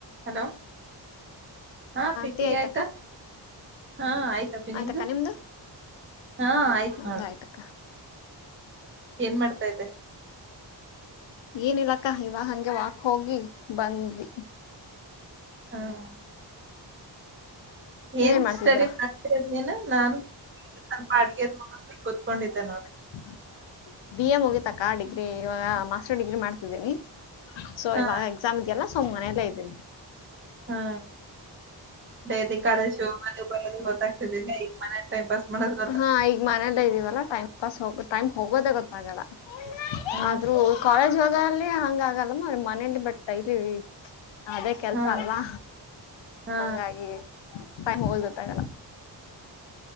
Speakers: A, on the right; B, on the left.
A: Hello ಹಾ ಪಿಟಿ
B: ಟೀ ಆಯ್ತಕ್ಕ
A: ಆಯ್ತಾ ಹಾ ಆಯ್ತ.
B: ಆಯ್ತಕ್ಕ
A: ನಿ
B: ನಿಮ್ದು
A: ಹಾ ಆಯ್ತ್ು
B: ನಮ್ದು
A: ನೋಡು.
B: ಆಯ್ತಕ್ಕ
A: ಏನ್ ಮಾಡ್ತಾ ಇತೆ.
B: ಏನಿಲ್ಲಕ್ಕ ಇವ ಹಂಗೆ ವಾಕ್ ಹೋಗಿ ಬಂದ್ವಿ.
A: ಹಾ-
B: ನೀವೇನ್
A: ಏನ್
B: ಮಾಡ್ತಿದ್ದೀರಾ
A: ಸ್ಟಡಿ ಮಾಡ್ತತಿರಾದ್ ನೀನು ನಾನು <inaudible> ಸ್ವಲ್ಪ ಅಡ್ಗೆದ್ <unintelligible> ಕುತ್ಕೊಂಡಿದೆ ನೋಡ್.
B: <unintelligible> ಬಿ ಎ ಮುಗಿತಕ್ಕ ಡಿಗ್ರಿ ಇವಾಗ ಮಾಸ್ಟರ್ ಡಿಗ್ರಿ ಮಾಡ್ತಿದ್ದೀನಿ ಸೊ
A: ಹಾ
B: ಇವಾಗ. ಸುಮ್ ಇಡಿಯಲ್ಲ ಸೊ ಮನೇಲೆ ಇದಿನಿ.
A: ಹಾ ಬೇದಿ ಕಾಲೇಜು ಹೋಗೋದು ಬರೋದು ಗೊತ್ತಗ್ತಿರ್ಲ್. ಮನೆಲ್ ಟೈಂಪಾಸ್ ಮಾಡದ್.
B: ಹಾ ಈಗ್ ಮನೆಲ್ಲೆ ಇದ್ದೀವಲ್ಲಾ ಟೈಮ್. ಪಾಸ್ ಹೋಗ ಟೈಮ್ ಹೋಗೋದೇ ಗೊತ್ತಾಗಲ್ಲ
A: ಹಾ
B: ಆದ್ರೂ. ಕಾಲೇಜ್ ಹೋಗಾಲ್ಲಿ ಹಂಗ ಆಗಲ್ಲ ಮನೇಲಿ ಬಟ್ ಡೈಲಿ ಅದೇ ಕೆಲ್ಸ
A: ಹಾ
B: ಅಲ್ವಾ.
A: ಹಾ
B: ಅಂಗಾಗಿ ಟೈಮ್ ಹೋಗದ್ ಗೋತ್ತಾಗಲ್ಲ.